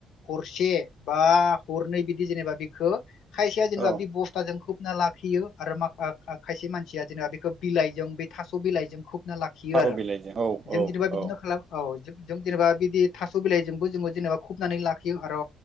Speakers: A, on the left; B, on the right.
A: हरसे बा हरनै बिदि जेनेबा बेखौ खायसेया जेनेबा
B: औ
A: बे बस्थाजों खोबना लाखियो आरो माख खायसे मानसिया जेनेबा बेखौ बिलाइजों बे थास' बिलाइजों खोबना लाखियो
B: थास'
A: आरो
B: बिलाइजों औ
A: जों
B: औ
A: जेनेनोबा बिदिनो
B: औ
A: खालाम औ जों जेनेबा बिदि थास' बिलाइजोंबो जोंङो जेनेबा खुबनानै लाखियो आरो